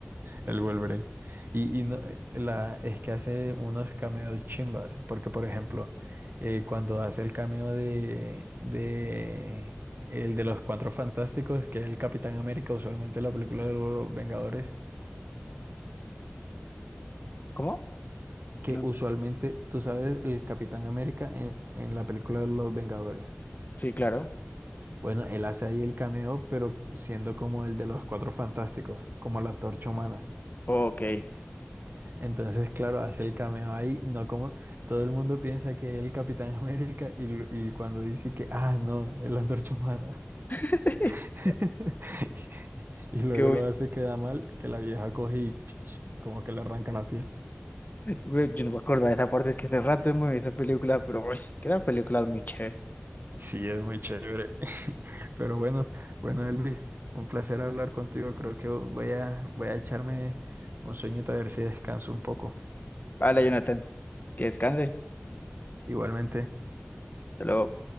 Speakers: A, on the right; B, on the left.
A: El Wolverine. Y, y no- eh, la, es que hace unos cameos chimbas, porque por ejemplo, eh, cuando hace el cameo de, de el de los Cuatro Fantásticos, que es el Capitán América, usualmente en la película de los Vengadores,
B: ¿Cómo?
A: que
B: No.
A: usualmente, tú sabes, el Capitán América en, en la película de los Vengadores.
B: Sí, claro.
A: Bueno, él hace ahí el cameo, pero siendo como el de los Cuatro Fantásticos, como la Antorcha Humana.
B: Ok.
A: Entonces, claro, hace el cameo ahí, no como todo el mundo piensa que es el Capitán <laughs> América y, l- y cuando dice que, ah, no, es la Antorcha Humana.
B: <laughs>
A: <laughs> Y luego
B: Qué
A: lo hace queda mal, que la vieja coge y <tsk> como que le arranca la piel.
B: Güey, Yo no me acuerdo de esa parte, es que hace rato hemos visto esa película, pero uy, quedan película muy chévere
A: Sí, es muy chévere. <laughs> Pero bueno, bueno, Elvis, un placer hablar contigo. Creo que voy a, voy a echarme un sueñito a ver si descanso un poco.
B: Vale, Jonathan, que descanse.
A: Igualmente.
B: Hasta luego.